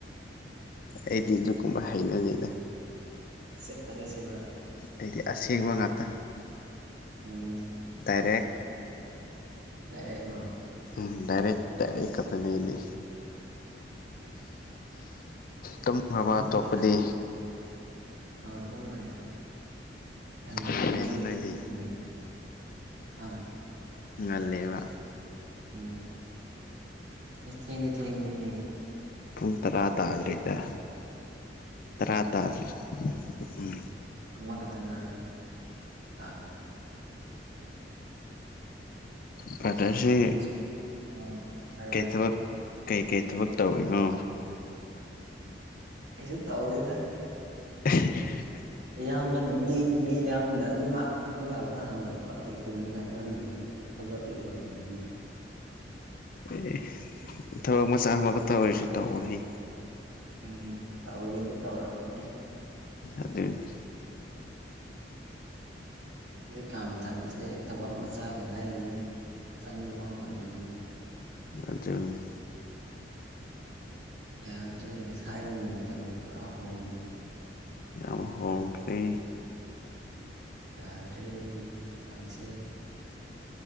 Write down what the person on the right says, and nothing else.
ꯁꯦꯠ ꯇꯜꯂꯦꯁꯤꯕ
ꯎꯝ
ꯗꯥꯏꯔꯦꯛꯔꯣ
ꯎꯝ
ꯈꯪꯗ꯭ꯔꯦꯗ
ꯑꯥ ꯇꯨꯝꯈ꯭ꯔꯦ ꯏꯊꯟꯗꯅꯦ
ꯍꯧꯖꯤꯛ
ꯇꯨꯝꯗ꯭ꯔꯤ ꯍꯥ
ꯎꯝ ꯑꯩ ꯊꯦꯡꯗꯤ ꯊꯦꯡꯕꯅꯤꯍꯦ
ꯑꯃꯈꯛꯇ ꯉꯥꯏꯔꯦ ꯇꯥꯛ
ꯁ꯭ꯀꯨꯜ ꯑꯥ ꯍꯥꯏꯔꯣ
ꯍꯥꯏꯔꯣ
ꯀꯩꯁꯨ ꯇꯧꯗꯦꯗ
ꯑꯌꯥꯝꯕꯅ ꯃꯤ ꯃꯤ ꯑꯌꯥꯝꯕꯅ ꯑꯗꯨ ꯉꯥꯛ ꯑꯗꯨ ꯉꯥꯛꯇ ꯍꯪꯉꯛꯄ ꯑꯩ ꯈꯨꯝꯅꯤꯡꯉꯥꯏ ꯈꯪꯗ꯭ꯔꯦꯕ ꯊꯕꯛꯇꯤ ꯇꯧꯗꯕꯅꯤꯅ
ꯎꯝ ꯇꯧꯒꯦꯗꯤ ꯇꯧꯔꯝꯅꯦ
ꯍꯧꯖꯤꯛꯀꯥ ꯃꯇꯝꯁꯦ ꯊꯕꯛ ꯃꯆ ꯆꯥꯒ ꯂꯥꯏꯔꯤꯅꯤ ꯆꯪꯕꯐꯥꯎ ꯐꯪꯗꯔꯦꯅꯦ
ꯌꯥꯗ꯭ꯔꯦ ꯊꯥꯏꯅꯒꯤ ꯃꯇꯝꯒ ꯄꯨꯔꯥ ꯍꯣꯡꯉꯤꯅꯦ
ꯌꯥꯗ꯭ꯔꯦ ꯃꯇꯝꯁꯦ